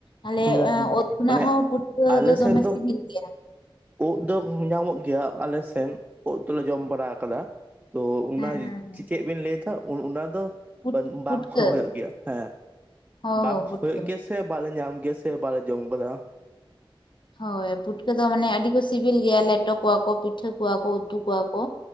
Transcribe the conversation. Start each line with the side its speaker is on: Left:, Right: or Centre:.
Left: ᱟᱞᱮ
Right: ᱦᱩᱸ ᱦᱩᱸ
Left: ᱳᱫ ᱠᱷᱚᱱᱟᱜ
Right: ᱢᱟᱱᱮ
Left: ᱦᱚᱸ ᱯᱷᱩᱴᱠᱟᱹ
Right: ᱟᱞᱮ
Left: ᱫᱚ ᱫᱚᱢᱮ
Right: ᱥᱮᱱ
Left: ᱥᱤᱵᱤᱞ ᱜᱮᱭᱟ
Right: ᱳᱫ ᱫᱚ ᱧᱟᱢᱚᱜ ᱜᱮᱭᱟ ᱟᱞᱮ ᱥᱮᱱ ᱳᱫ ᱫᱚᱞᱮ ᱡᱚᱢ ᱵᱟᱲᱟ ᱟᱠᱟᱫᱟ ᱛᱚ ᱚᱱᱟ
Left: ᱦᱮᱸ ᱦᱮᱸ ᱦᱮᱸ
Right: ᱪᱮᱫ ᱵᱮᱱ ᱞᱟᱹᱭᱮᱫᱟ ᱚᱱᱟ ᱫᱚ
Left: ᱯᱩᱴ
Right: ᱵᱟᱹᱱ ᱵᱟᱝ
Left: ᱯᱩᱴᱠᱟᱹ
Right: ᱦᱩᱭᱩᱜ ᱜᱮᱭᱟ ᱦᱮᱸ
Left: ᱦᱚᱸ
Right: ᱵᱟᱝ
Left: ᱦᱚᱸ ᱯᱩᱴᱠᱟᱹ
Right: ᱦᱩᱭᱩᱜ ᱜᱮᱭᱟ ᱥᱮ ᱥᱮ ᱵᱟᱞᱮ ᱧᱟᱢ ᱜᱮᱭᱟ ᱥᱮ ᱵᱟᱞᱮ ᱡᱚᱢ ᱟᱠᱟᱫᱟ
Left: ᱦᱳᱭ ᱯᱩᱴᱠᱟᱹ ᱫᱚ ᱢᱟᱱᱮ ᱟᱹᱰᱤ ᱠᱚ ᱥᱤᱵᱤᱞ ᱜᱮᱭᱟ ᱞᱮᱴᱚ ᱠᱚᱣᱟ ᱠᱚ ᱯᱤᱴᱷᱟᱹ ᱠᱚᱣᱟ ᱠᱚ ᱩᱛᱩ ᱠᱚᱣᱟ ᱠᱚ